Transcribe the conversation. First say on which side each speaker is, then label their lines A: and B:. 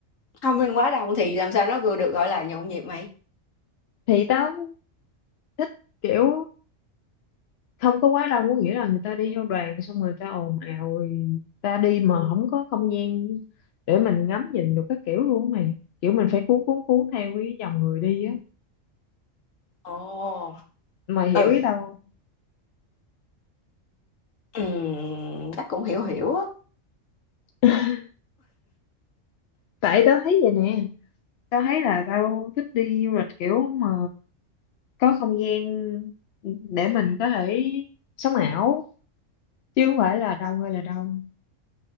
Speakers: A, on the left; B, on the left.
A: thông minh quá đông thì làm sao nó vừa được gọi là nhộn nhịp mày
B: thì tao thích kiểu không có quá đông có nghĩa là người ta đi theo đoàn xong rồi người ta ồn ào rồi ta đi mà không có không gian để mình ngắm nhìn được các kiểu luôn á mày kiểu mình phải cuốn cuốn cuốn theo cái dòng người đi á
A: ồ
B: mày hiểu
A: ừ
B: ý tao không?
A: ừm, chắc cũng hiểu hiểu á
B: <laughs> tại tao thấy vậy nè tao thấy là tao thích đi du lịch kiểu mà có không gian để mình có thể sống ảo chứ không phải là đâu hay là đâu